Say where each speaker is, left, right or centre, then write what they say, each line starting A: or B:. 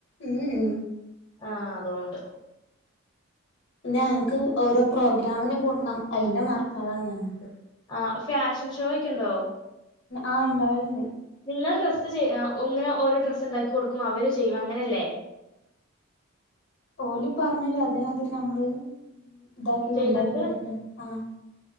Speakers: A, on the left; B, on the left.
A: ഉം ഉം
B: ആഹ് അതോണ്ട്
A: പിന്നെ ഞങ്ങക്ക് ഓരോ പ്രോഗ്രാമിന് കൂടണം അതിന്റെ മാർക്ക്കളാണ് ഞങ്ങക്ക്
B: ആഹ് ഫാഷൻ ഷോ ഒക്കെ ഇണ്ടോ
A: ആഹ് ഇണ്ടാവലെണ്ട്
B: നിങ്ങൾ ഡ്രസ്സ് ചെ അഹ് ഇങ്ങനെ ഓരോ ഡ്രസ്സ് ഇണ്ടാക്കി കൊടുക്കും അവര് ചെയ്യും അങ്ങനെയല്ലേ
A: ഓല് പറഞ്ഞ് തരും അതേമാതിരി നമ്മള് ഇതാക്കി
B: ചെയ്തിട്ട്
A: ഒണ്ടാക്കി കൊടുക്കും ആഹ്